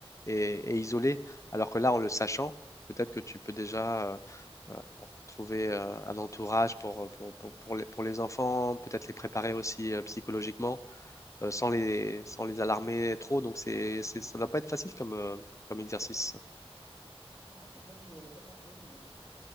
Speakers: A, on the left; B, on the left.
A: et, et isolé. Alors que là, en le sachant, peut-être que tu peux déjà euh, euh, trouver euh, un entourage pour, pour, pour, pour les, pour les enfants, peut-être les préparer aussi euh, psychologiquement, euh, sans les, sans les alarmer trop. Donc, c'est, c'est, ça ne doit pas être facile comme, euh, comme exercice.
B: Ah, c'est vrai, je n'y avais pas pensé, mais euh,